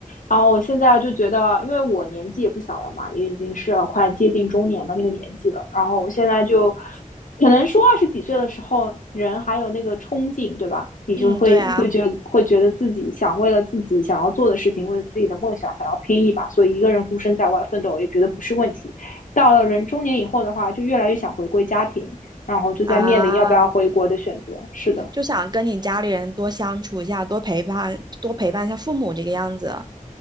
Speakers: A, on the left (about 65°); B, on the right (about 30°).
A: 然后我现在就觉得，因为我年纪也不小了嘛，也已经是要快接近中年的那个年纪了。然后我现在就，可能说二十几岁的时候，人还有那个冲劲，对吧？你就会会觉得会觉得自己想为了自己想要做的事情，
B: 嗯，对啊，
A: 为了自己的梦想，想要拼一把。所以一个人孤身在外奋斗，也觉得不是问题。到了人中年以后的话，就越来越想回归家庭，然后就在面临要不要回国的选择。
B: 啊，
A: 是的。
B: 就想跟你家里人多相处一下，多陪伴，多陪伴一下父母这个样子。